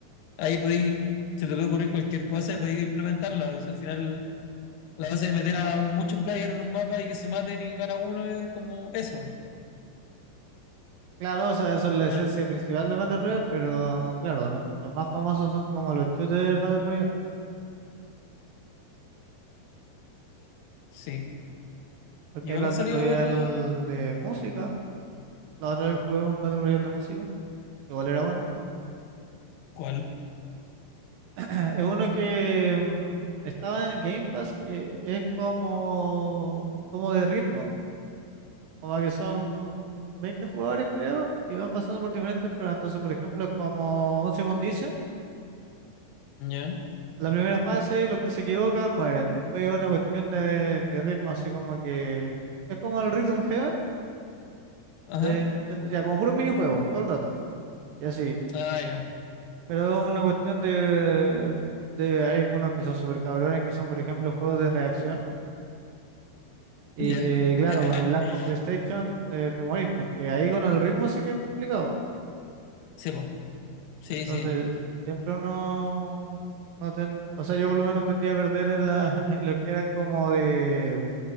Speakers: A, on the left; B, on the right.
A: ahí podéis, se te puede ocurrir cualquier cosa y podéis implementarla. O sea, al final, la base de meter a muchos players en un mapa y que se maten y gana uno es como eso. ¿no?
B: Claro, o sea, eso es la
A: Ah,
B: esencia principal de Battle Royale, pero claro, lo- los más famosos son como los shooters Battle Royale.
A: sí.
B: Porque
A: Igual
B: hay Battle
A: han salido
B: Royale
A: otro.
B: de música. La otra vez jugué un Battle Royale de música. Igual era bueno.
A: ¿Cuál?
B: <clears throat> Es uno que mm, estaba en Game Pass, que es como, como de ritmo. Como que son 20 jugadores, creo, y van pasando por diferentes pruebas. Entonces, por ejemplo, como un Simón dice,
A: ¿Ya?
B: la primera fase, los que se equivocan mueren. Después otra cuestión de, de ritmo, así como que es como el Rhythm Heaven,
A: Ajá.
B: de, Nintendo, ya como puro minijuego, todo el rato. Y así.
A: Ah, ya.
B: Pero es una cuestión de, de hay algunos que son súper cabrones, que son, por ejemplo, juegos de reacción. Y
A: Ya.
B: que, claro,
A: <laughs>
B: con el lag con PlayStation te, te morís, porque ahí con el ritmo sí que es complicado.
A: Sí, po. Sí,
B: Entonces,
A: sí.
B: siempre uno, no ten, o sea, yo por lo menos tendía a perder en la, <laughs> en lo que eran como de,